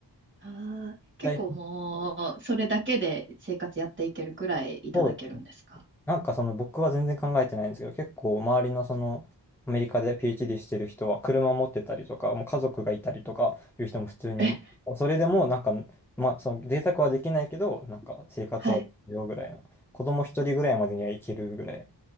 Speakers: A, on the right (about 25°); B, in the centre.
A: ああ結構もう、
B: で
A: それだけで生活やっていけるくらいいただけるんですか
B: そうなんかその僕は全然考えてないんですけど、結構周りのその、アメリカで PhD してる人は車を持ってたりとか、もう家族がいたりとかいう人も普通に、
A: え、
B: それでもなんか、まあその贅沢はできないけど、なんか生活はよぐらいの。
A: はい。
B: 子供一人ぐらいまでにはいけるぐらい